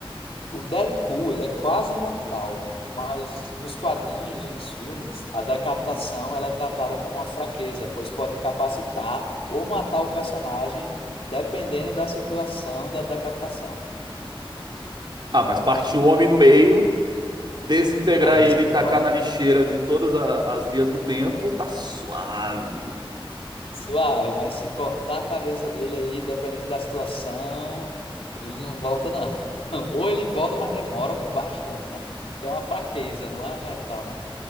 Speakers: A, on the left; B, on the right.
A: O Deadpool, ele é quase imortal, mas nos quadrinhos e nos filmes, a decapitação ela é tratada como uma fraqueza, pois pode incapacitar ou matar o personagem, dependendo da situação da decapitação.
B: Ah, mas partir o homem no meio, desintegrar
A: Aí eles
B: ele e tacar
A: falam,
B: na lixeira de todas a- as linhas do tempo, tá suave.
A: suave, mas se cortar a cabeça dele aí, dependendo da situação, ele não volta, não. <laughs> Ou ele volta, mas demora bastante, né? Que é uma fraqueza, não é? Tal, né?